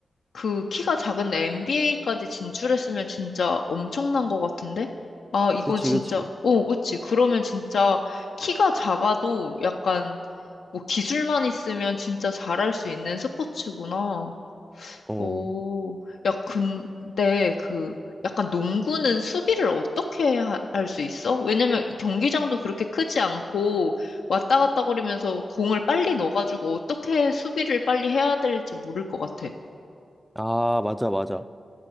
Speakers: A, on the left; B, in the centre.
A: 그 키가 작은 NBA까지 진출했으면 진짜 엄청난 것 같은데? 아, 이건
B: 그치,
A: 진짜,
B: 그치.
A: 오, 그치. 그러면 진짜 키가 작아도 약간 뭐 기술만 있으면 진짜 잘할 수 있는 스포츠구나.
B: 어.
A: 오, 야, 근데 그 약간 농구는 수비를 어떻게 할 수 있어? 왜냐면 이 경기장도 그렇게 크지 않고 왔다 갔다 거리면서 공을 빨리 넣어가지고 어떻게 수비를 빨리 해야 될지 모를 것 같아.
B: 아, 맞아, 맞아.